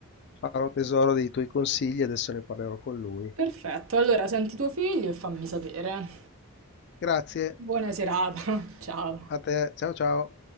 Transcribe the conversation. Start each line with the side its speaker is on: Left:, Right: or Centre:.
Left: farò tesoro dei tuoi consigli, adesso ne parlerò con lui.
Right: Perfetto, allora senti tuo figlio e fammi sapere.
Left: Grazie
Right: Buona serata, <laughs> ciao.
Left: a te, ciao ciao.